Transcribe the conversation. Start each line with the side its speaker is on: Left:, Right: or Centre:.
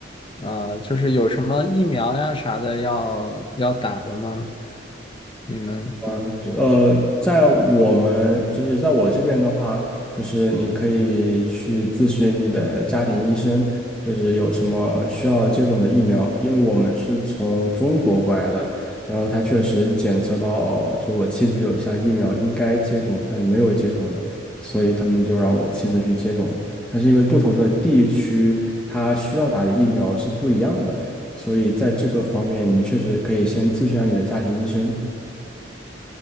Left: 呃，就是有什么疫苗呀啥的要要打的吗？你们
Centre: 嗯，呃，在我们就是在我这边的话，就是你可以去咨询你的家庭医生，就是有什么需要接种的疫苗，因为我们是从中国过来的，然后他确实检测到，就是我妻子有一项疫苗应该接种，但是没有接种的，所以他们就让我妻子去接种了。但是因为不同的地区，它需要打的疫苗是不一样的，所以在这个方面，你确实可以先咨询一下你的家庭医生。